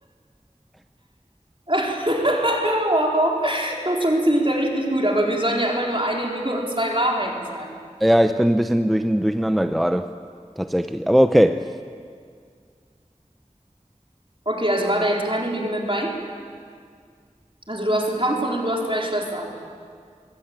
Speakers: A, on the right; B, in the centre.
A: <laughs> Wow, das funktioniert ja richtig gut. Aber wir sollen ja immer nur eine Lüge und zwei Wahrheiten sagen.
B: Ja, ich bin ein bisschen durch, durcheinander gerade. Tatsächlich. Aber okay.
A: Okay, also war da jetzt keine Lüge mit bei? Also du hast einen Kampfhund und du hast drei Schwestern.